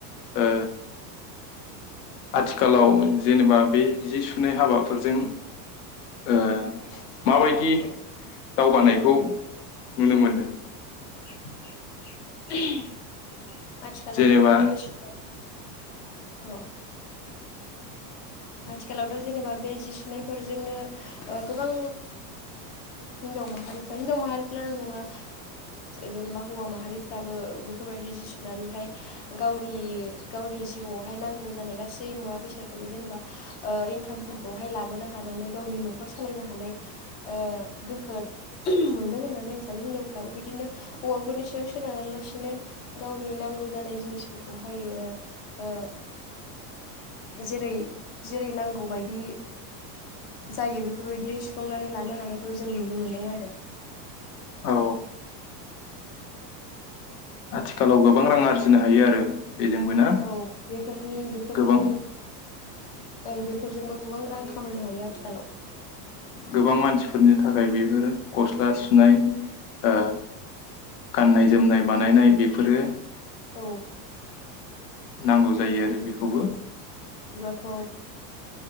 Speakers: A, on the left; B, on the left.
A: ओ आथिखालाव जेनेबा बे जि सुनाय हाबाफोरजों ओ माबायदि दावगानायखौ नुनो मोनदों?
B: <unintelligible> आथिखालावथ
A: जेनेबा
B: बेसे <unintelligible> औ आथिखालावथ' जेनेबा बे जि सुनायफोरजोंनो ओ गोबां हिनजाव माहारिफ्रा हिनजाव माहारिफ्र नङा जेनेबा हौवा माहारिफ्राबो बेफोरबायदि जि सुनानैहाय गावनि गावनि जिउआवहाय नांगौ जानाय गासै मुवा बेसादफोरखौ जेनेबा ओ इनकामफोरखौहाय लाबोनो हानानै गावनि न'खर सालायनो हानाय ओ गोहो मोनदों होननानै आं सानो हिनजावफ्राबो बिदिनो हौवाफोरनि सायाव सोनारा लासिनो गावनि नांगौ जानाय जिनिसफोरखौहाय ओ जेरै जेरै नांगौबायायदि जायो बेफोरबायदि सुफुंनानै लानो हानायखौ जों नुनो मोनदों आरो
A: औ आथिखालाव गोबां रां आरजिनो हायो आरो बेजोंबो ना
B: औ बेफोरनि बेफोरनि
A: गोबां
B: ओं बेफोरजोंबो गोबां रां खामायनो हायो आथिखालाव
A: गोबां मानसिफोरनि थाखाय बेफोरो गस्ला सुनाय ओ गाननाय जोमनाय बानायनाय बे फोरो
B: औ
A: नांगौ जायो आरो बेखौबो
B: थ ओ